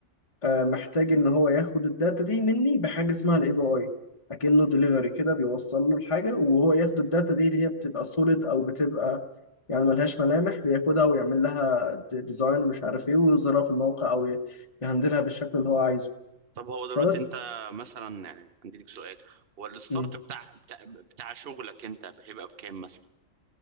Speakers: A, on the left; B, on the right.
A: آه، محتاج ان هو ياخد الداتا دي مني بحاجه اسمها الاي بي اي اكنه ديليفري كده بيوصل له الحاجه وهو ياخد الداتا دي اللي هي بتبقى سوليد او بتبقى يعني ملهاش ملامح بياخدها ويعمل لها ديزاين ومش عارف ايه ويظهرها في الموقع او ي- يهندلها بالشكل اللي هو عايزه
B: طب هو
A: فبس
B: دلوقتي انت مثلا يعني عندي لك سؤال هو الستارت
A: مم.
B: بتاع بتاع, بتاع شغلك انت هيبقى بكام مثلا